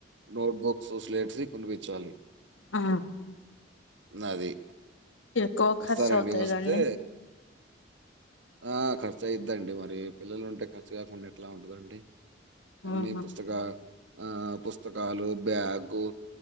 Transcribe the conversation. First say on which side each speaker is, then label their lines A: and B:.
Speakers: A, on the right; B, on the left.
A: నోట్బుక్స్ స్లేట్సి కొనిపిచ్చాలి
B: ఆ
A: నది
B: ఎక్కువ
A: వస్తారండి
B: ఖర్చు అవుతాయి
A: వస్తే
B: కండి
A: ఆ ఖర్చు అయిద్దండి మరి పిల్లలు ఉంటే ఖర్చు కాకుండా ఎట్లా ఉంటదండి అన్ని
B: ఆహా
A: పుస్తకా ఆ పుస్తకాలు బ్యాగు